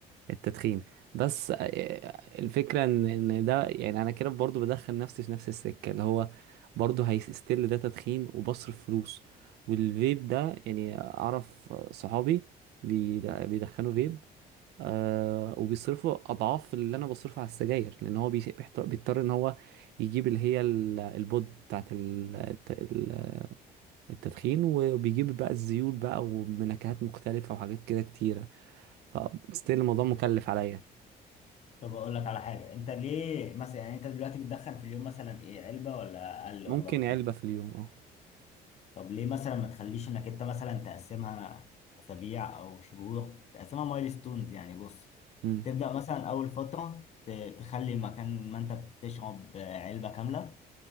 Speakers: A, on the right (about 75°); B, on the left (about 40°).
A: التدخين بس آه، الفكره ان ان ده يعني انا كده برضو بدخل نفسي في نفس السكه اللي هو برضو هيستيل ده تدخين وبصرف فلوس والفيب ده يعني اعرف صحابي بيد- بيدخنوا فيب آه وبيصرفوا اضعاف اللي انا بصرفه على السجاير لان هو بيس- بيحت- بيضطر ان هو يجيب اللي هي ال- البود بتاعت ال- الت- ال- التدخين وبيجيب بقى الزيوت بقى وبنكهات مختلفة وحاجات كده كتيرة فستيل الموضوع مكلف عليا
B: طب اقول لك على حاجه انت ليه مثلا يعني انت دلوقتي بتدخل في اليوم مثلا ايه علبه ولا اقل
A: ممكن
B: ولا اكتر
A: علبة في اليوم اه
B: طب ليه مثلا ما تخليش انك انت مثلا تقسمها اسابيع او شهور تقسمها مايلستونز يعني بص
A: امم
B: تبدا مثلا اول فتره ت- تخلي مكان ما انت بتشرب علبه كامله